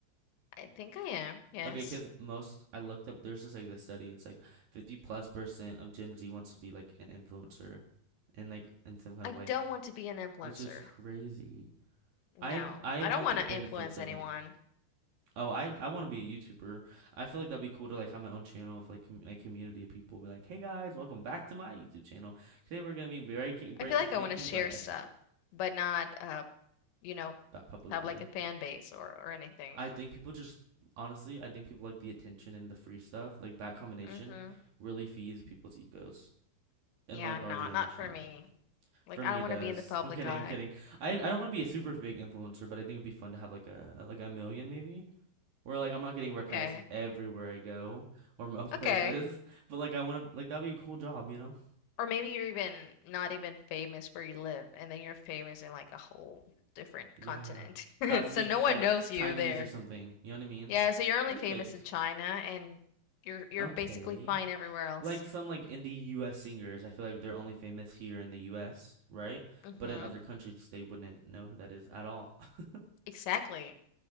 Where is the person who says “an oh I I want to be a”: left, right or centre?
Right